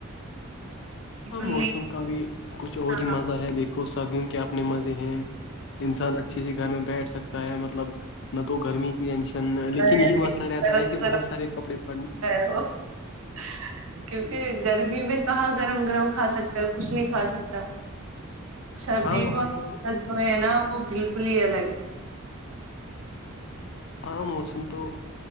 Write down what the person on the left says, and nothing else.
ہاں موسم
کا بھی کچھ اور
ہی مزہ ہے دیکھو سردیوں کے آپ اپنے مزے ہیں انسان اچھے سے گھر میں بیٹھ سکتا ہے مطلب نہ تو گرمی کی ٹینشن لیکن
یہی مسئلہ رہتا ہے کہ بہت سارے کپڑے پڑ
ہاں وہاں
تو
ہاں موسم تو